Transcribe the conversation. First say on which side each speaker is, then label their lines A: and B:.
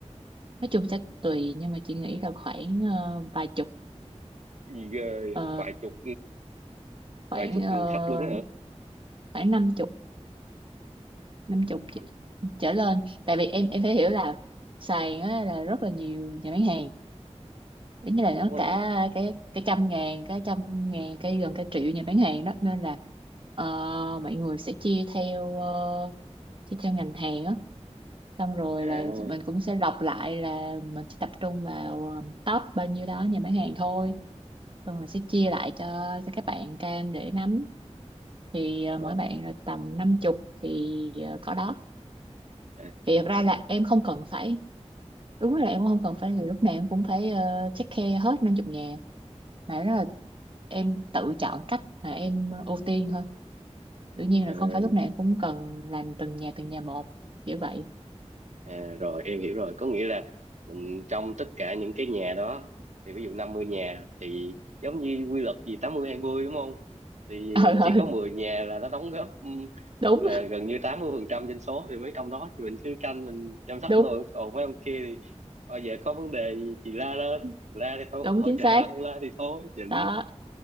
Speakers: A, on the right (about 45°); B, on the right (about 80°).
A: nói chung sẽ tùy nhưng mà chị nghĩ là khoảng ờ, vài chục
B: Ghê, vậy.
A: ờ,
B: vài chục vài
A: khoảng
B: chục
A: ờ,
B: khách luôn đó hả?
A: khoảng năm chục năm chục
B: Đúng
A: chị- trở lên tại vì em em phải hiểu là sàn á, là rất là nhiều nhà bán hàng giống như là
B: đúng
A: nó
B: rồi.
A: cả cái cái trăm ngàn cái trăm ngàn cái gần cả triệu nhà bán hàng đó nên là ờ, mọi người sẽ chia theo ờ, chia theo ngành hàng á xong rồi
B: À
A: là mình cũng sẽ lọc lại là mình chỉ tập trung vào ờ, top bao nhiêu đó nhà bán hàng thôi Xong rồi sẽ chia lại cho cho các bạn cam để nắm thì ờ,
B: à
A: mỗi bạn là tầm năm chục thì ờ, cỏ đó
B: à.
A: thì thật ra là em không cần phải đúng là em cũng không cần phải là lúc nào em cũng phải ờ, take care hết năm chục nhà mà đó là em tự chọn cách mà em ưu tiên thôi đương nhiên
B: à.
A: là không phải lúc nào em cũng cần làm từng nhà từng nhà một kiểu vậy
B: À, rồi em hiểu rồi có nghĩa là mình trong tất cả những cái nhà đó thì ví dụ 50 nhà thì giống như quy luật gì tám mươi hai mươi đúng không thì
A: <laughs> ờ
B: chỉ có
A: ừ,
B: 10 nhà là nó đóng góp ừm,
A: đúng
B: là gần như 80 phần trăm dân số thì mấy ông đó thì mình cứ canh mình chăm sóc
A: đúng
B: thôi còn mấy ông kia thì bao giờ có vấn đề gì thì la lên la thì thôi
A: đúng
B: hỗ
A: chính
B: trợ
A: xác
B: không la thì thôi chỉnh
A: đó